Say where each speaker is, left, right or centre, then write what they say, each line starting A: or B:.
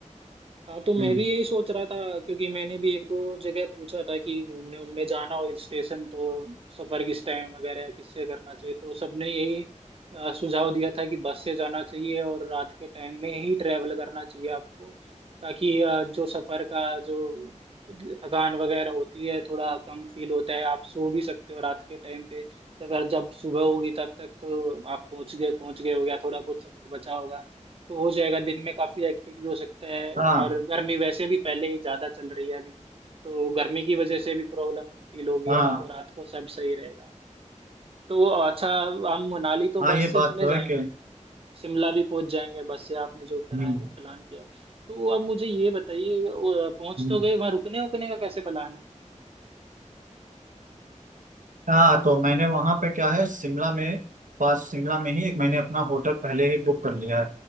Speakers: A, on the right; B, on the right.
A: हाँ तो
B: हम्म
A: मैं भी यही सोच रहा था क्योंकि मैंने भी एक दो जगह पूछा था कि घूमने उमने जाना हो हिल स्टेशन तो सफर किस टाइम वगैरह किससे करना चाहिए तो सबने यही अ, सुझाव दिया था कि बस से जाना चाहिए और रात के टाइम में ही ट्रैवल करना चाहिए आपको ताकि अ, जो सफर का जो थकान वगैरह होती है थोड़ा कम फील होता है आप सो भी सकते हो रात के टाइम पे तो अगर जब सुबह होगी तब तक तो आप पहुंच गए पहुंच गए हो गया थोड़ा बहुत सफर बचा होगा तो हो जाएगा दिन में काफी एक्टिव भी हो सकता है
B: हाँ
A: और गर्मी वैसे भी पहले ही ज्यादा चल रही है अभी तो गर्मी की वजह से भी प्रॉब्लम फील होगी
B: हाँ
A: आपको रात को सब सही रहेगा तो अच्छा हम मनाली तो
B: हाँ
A: बस
B: ये
A: से
B: बात
A: चले
B: तो
A: जाएंगे
B: है कि
A: शिमला भी पहुंच जाएंगे बस से आपने जो करा
B: हम्म
A: है प्लान किया है तो अब मुझे ये बताइए वो पहुंच
B: हम्म,
A: तो गए वहां रुकने उकने का कैसे प्लान है
B: हाँ तो मैंने वहाँ पे क्या है शिमला में पास शिमला में ही एक मैंने अपना होटल पहले ही बुक कर लिया है